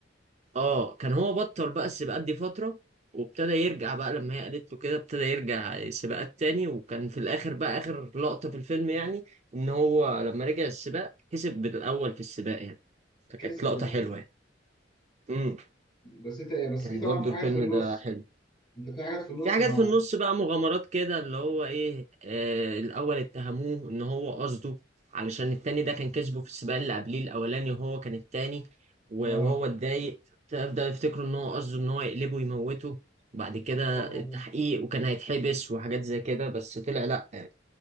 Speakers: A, on the right; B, on the left.
A: اه كان هو بطل بقى السباقات دي فترة وابتدى يرجع بقى لما هي قالت له كده ابتدى يرجع سباقات تاني وكان في الاخر بقى اخر لقطة في الفيلم يعني ان هو لما رجع السباق كسب بالاول في السباق يعني فكانت
B: كسب
A: لقطة
B: يعني
A: حلوة يعني. مم.
B: بس انت بس
A: كان
B: في طبعا
A: برضو
B: في
A: الفيلم
B: حاجات في النص
A: ده حلو
B: انت في حاجات في النص
A: في حاجات
B: مع
A: في النص بقى مغامرات كده اللي هو ايه آه الاول اتهموه ان هو قصده علشان التاني ده كان كسبه في السباق اللي قبليه الاولاني وهو كان التاني و-
B: اه
A: وهو اتضايق فبدأ يفتكروا ان هو قصده ان هو يقلبه ويموته بعد كده
B: يا خرابي.
A: التحقيق وكان هيتحبس وحاجات زي كده بس طلع لا يعني